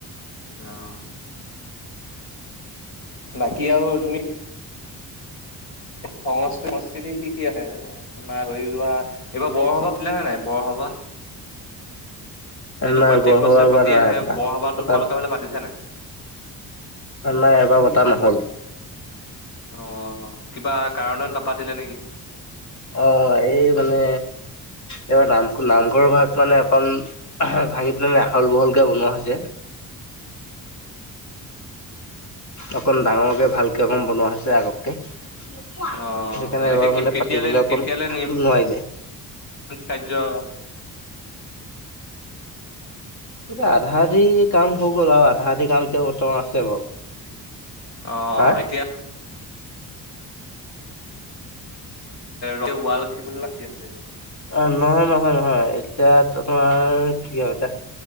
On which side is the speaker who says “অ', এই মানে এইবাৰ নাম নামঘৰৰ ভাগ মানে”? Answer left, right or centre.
Left